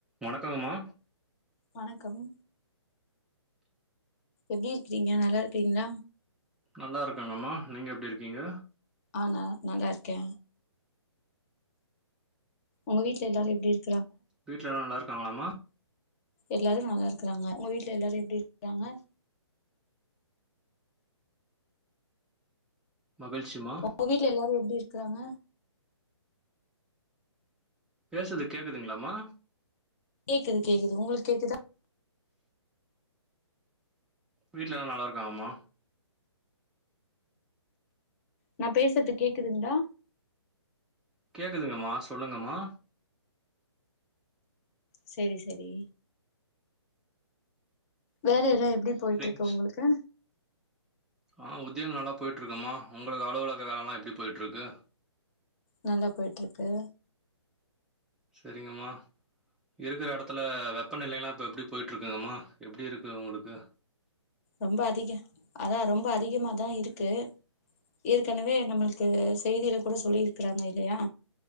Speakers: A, in the centre; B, on the left.
A: வணக்கங்மா
B: வணக்கம் எப்டி இருக்கிறீங்க நல்லா இருக்கிறீங்களா
A: நல்லா இருக்கங்கம்மா நீங்க எப்டி இருக்கீங்க
B: ஆ, நா நல்லாருக்கே உங்க வீட்ல எல்லாரு எப்டி இருக்
A: வீட்ல எல்லா நல்லாருக் காங்ளாமா
B: எல்லாரு நல்லா இருக்கறாங்க உங்க வீட்ல எல்லாரு எப்டி இருக்கறாங்க
A: மகிழ்ச்சிம்மா.
B: உங்க வீட்ல எல்லாரு எப்டி இரு க்கறாங்க
A: பேசற்து கேக்குதுங்களாமா
B: கேக்குது கேக்குது உங்களுக் கேக்குதா
A: வீட்ல எல்லா நல்லாருக்காங்கமா
B: நா பேசற்து கேக்குதுங்களா
A: கேக்குதுங்கம்மா சொல்லுங்கம்மா
B: செரி செரி வேல எல்லா எப்டி
A: சரிங்க
B: போய்ட்ருக்கு உங்களுக்கு
A: ஸ் ஆ உத்யோகோ நல்லா போய்ட்ருக்கும்மா உங்களுக்கு அலுவலக வேலல்லா எப்டி போய்ட்ருக்கு
B: நல்லா போய்ட்ருக்கு
A: செரிங்கம்மா இருக்கற எடத்துல வெப்பநிலையெல்லா இப்ப எப்டி போய்ட்ருக்குங்கம்மா எப்டி இருக்கு உங்களுக்கு
B: ரொம்ப அதிக அதா ரொம்ப அதிகமாதா இருக்கு ஏற்கனவே நம்மளுக்கு செய்தில கூட சொல்லியிருக்கறாங்க இல்லையா